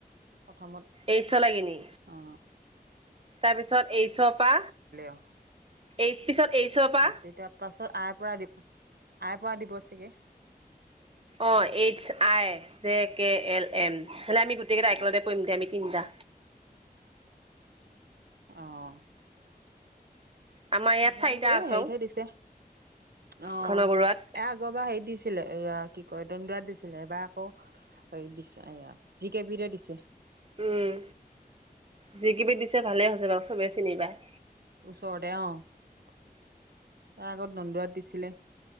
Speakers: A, on the right; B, on the right.
A: প্ৰথমত,
B: এইচ লাগিনি
A: অ'।
B: তাৰপিছত এইচৰপা,
A: অঁ
B: এই পিছত এইচৰপা
A: তেতিয়া পাছত আইৰ পৰা, আইৰ পৰা দিব চাগে।
B: অ' H I J K L. M হলে আমি গোটেই কেইটা একেলতে পৰিম দে আমি তিনিটা।
A: অ'।
B: আমাৰ ইয়াত
A: এ সেৰিতয়ে
B: চাৰিটা
A: এই
B: আছৌ
A: হেৰিতহে দিছে অ'
B: ঘন বৰুৱাত
A: এক ব হেৰি দিছিলে এ কি কয় দণ্ডিয়াত দিছিলে, এই বাৰ আকৌ দিছে, এয়া জি কে বিৰে দিছে।
B: উম, যি কিবি দিছে ভালে হৈছে বাৰু চবে চিনি পাই।
A: ওচৰতে অ', তাৰ আগত নন্দোৱাত দিছিলে।